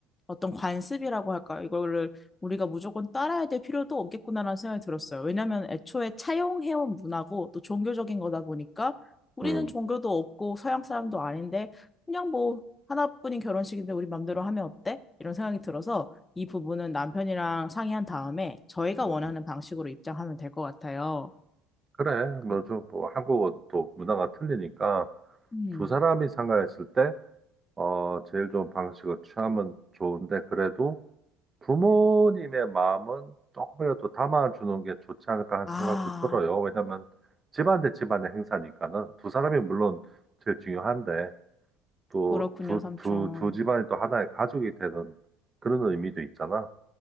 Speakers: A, on the left; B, on the right.
A: 어떤 관습이라고 할까요? 이거를 우리가 무조건 따라야 될 필요도 없겠구나라는 생각이 들었어요. 왜냐하면 애초에 차용해온 문화고 또 종교적인 거다 보니까 우리는
B: 음,
A: 종교도 없고 서양 사람도 아닌데 그냥 뭐 하나뿐인 결혼식인데 우리 맘대로 하면 어때? 이런 생각이 들어서 이 부분은 남편이랑 상의한 다음에 저희가
B: 음.
A: 원하는 방식으로 입장하면 될 것 같아요.
B: 그래. 뭐좀
A: 그-
B: 뭐 한국어도 또 문화가 틀리니까
A: 음.
B: 두 사람이 상가했을 때 어, 제일 좋은 방식을 취하면 좋은데 그래도 부모님의 마음은 조금이라도 담아주는 게 좋지 않을까 하는
A: 아,
B: 생각도 들어요. 왜냐면 집안 대 집안의 행사니까는 두 사람이 물론 제일 중요한데 또
A: 그렇군요,
B: 두,
A: 삼촌.
B: 두, 두 집안이 또 하나의 가족이 되는 그런 의미도 있잖아.